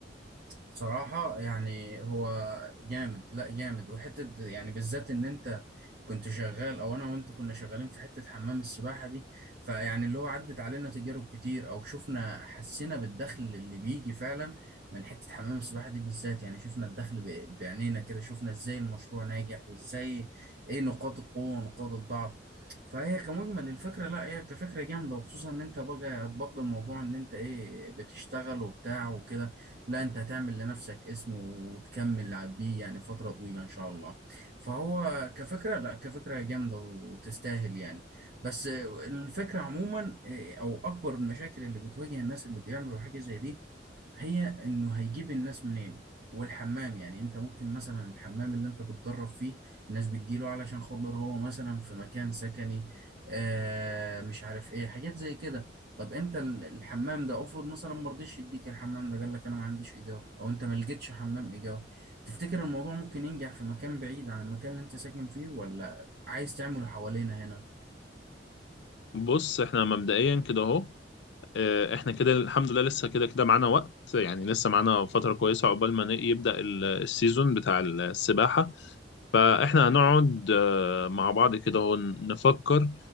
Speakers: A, on the right; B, on the left.
A: صراحة يعني هو جامد لا جامد وحتة يعني بالذات ان انت كنت شغال او انا وانت كنا شغالين في حتة حمام السباحة دي فيعني اللي هو عدت علينا تجارب كتير او شفنا حسينا بالدخل اللي بيجي فعلا من حتة حمام السباحة دي بالذات يعني شفنا الدخل ب- بعينينا كده شفنا ازاي المشروع ناجح وازاي ايه نقاط القوة ونقاط الضعف فهي كمجمل الفكرة لا هي كفكرة جامدة وخصوصا ان انت بقى هتبطل موضوع ان انت ايه بتشتغل وبتاع وكده لا انت هتعمل لنفسك اسم وتكمل بيه يعني فترة طويلة ان شاء الله فهو كفكرة لا كفكرة جامدة وتستاهل يعني بس الفكرة عموما آه، او اكبر المشاكل اللي بتواجه الناس اللي بيعملوا حاجة زي دي هي انه هيجيب الناس منين والحمام يعني انت ممكن مثلا الحمام اللي انت بتدرب فيه الناس بتجيله علشان خاطر هو مثلا في مكان سكني آه مش عارف ايه حاجات زي كده طب انت ال- الحمام ده افرض مثلا ما رضيش يديك الحمام ده قال لك انا ما عنديش ايجار او انت ما لقيتش حمام ايجار تفتكر الموضوع ممكن ينجح في مكان بعيد عن المكان اللي انت ساكن فيه ولا عايز تعمله حوالينا هنا
B: بص احنا مبدئيا كده اهو آه، احنا كده الحمد لله لسه كده كده معانا وقت يعني لسه معانا فترة كويسة عقبال ما ن- يبدأ ال- السيزون بتاع السباحة فاحنا هنقعد آه، مع بعض كده هو نفكر